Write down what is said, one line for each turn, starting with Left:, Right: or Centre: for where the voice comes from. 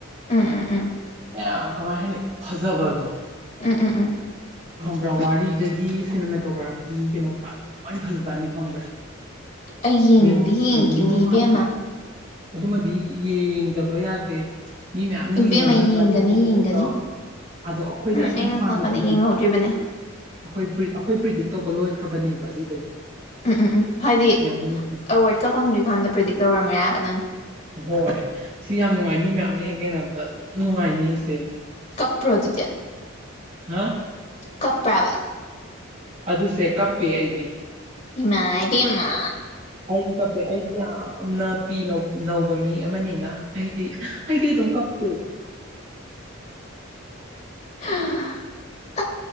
Left: ꯎꯝ ꯎꯝ ꯎꯝ
Right: ꯌꯥꯝ ꯀꯃꯥꯏ ꯍꯥꯏꯅꯤ ꯐꯖꯕꯗꯣ
Left: ꯎꯝ ꯎꯝ ꯎꯝ
Right: ꯕ꯭ꯔꯣꯟ ꯋꯥꯔꯤꯗꯒꯤ ꯁꯤꯅꯦꯃꯦꯇꯣꯒ꯭ꯔꯥꯐꯤ ꯀꯩꯅꯣ ꯂꯣꯏꯅ ꯐꯖꯖꯥꯅꯤ ꯈꯪꯕ꯭ꯔꯥ
Left: ꯑꯩ ꯌꯦꯡꯗꯤ
Right: ꯌꯦꯡꯎ ꯈꯨꯅꯨꯉꯥꯏ
Left: ꯌꯦꯡꯈꯤꯅꯤ ꯏꯕꯦꯝꯃ
Right: ꯑꯃꯥ ꯑꯗꯨꯃꯗꯤ ꯌꯦꯡꯗꯕ ꯌꯥꯗꯦ ꯃꯤ ꯃꯌꯥꯝꯅ
Left: ꯏꯕꯦꯝꯃ
Right: ꯌꯦꯡꯅꯔꯒ
Left: ꯌꯦꯡꯒꯅꯤ
Right: ꯅꯨꯡꯉꯥꯏ ꯅꯨꯡꯉꯥꯏ ꯍꯥꯏꯅꯩꯗꯣ
Left: ꯌꯦꯡꯒꯅꯤ
Right: ꯑꯗꯣ ꯑꯩꯈꯣꯏꯅ ꯑꯗꯨꯝ
Left: ꯑꯩꯅ
Right: ꯍꯥꯟꯅꯗꯤ
Left: ꯁꯣꯝ ꯅꯥꯀꯟꯗ ꯌꯦꯡꯍꯧꯗ꯭ꯔꯤꯕꯅꯦ
Right: ꯑꯈꯣꯏ ꯄ꯭ꯔꯤꯠ ꯑꯩꯈꯣꯏ ꯄ꯭ꯔꯤꯗꯤꯛ ꯇꯧꯕ ꯂꯣꯏꯈ꯭ꯔꯕꯅꯦꯕ ꯑꯗꯨꯗꯣ
Left: ꯎꯝ ꯎꯝ ꯎꯝ ꯍꯥꯏꯗꯤ
Right: ꯌꯥꯅꯤꯁꯦ
Left: ꯑꯦꯋꯥꯔꯗꯀ ꯐꯪꯗ꯭ꯔꯤꯀꯥꯟꯗ ꯄ꯭ꯔꯤꯗꯤꯛ ꯇꯧꯔꯝꯃꯦ ꯍꯥꯏꯕꯅꯦ
Right: ꯍꯣꯏ ꯁꯤ ꯌꯥꯝ ꯅꯨꯡꯉꯥꯏ ꯃꯤ ꯃꯌꯥꯝꯅ ꯍꯦꯛ ꯌꯦꯡꯅꯕꯗ ꯑꯗꯨꯝ ꯅꯨꯡꯉꯥꯏꯅꯤ ꯑꯁꯦ
Left: ꯀꯄ꯭ꯔꯣ ꯑꯗꯨꯗꯤ
Right: ꯍꯥ
Left: ꯀꯞꯄ꯭ꯔꯥꯕ
Right: ꯑꯗꯨꯁꯦ ꯀꯞꯄꯦ ꯑꯩꯗꯤ
Left: ꯏꯃꯥꯏ ꯄꯦꯝꯃ
Right: ꯑꯩꯗꯤ ꯀꯞꯄꯦ ꯑꯩꯗꯤ ꯌꯥꯝꯅ ꯄꯤ ꯅꯧꯕ ꯃꯤ ꯑꯃꯅꯤꯅ ꯑꯩꯗꯤ ꯑꯩꯗꯤ ꯑꯗꯨꯝ ꯀꯞꯄꯦ
Left: ꯍ ꯍ ꯍꯥ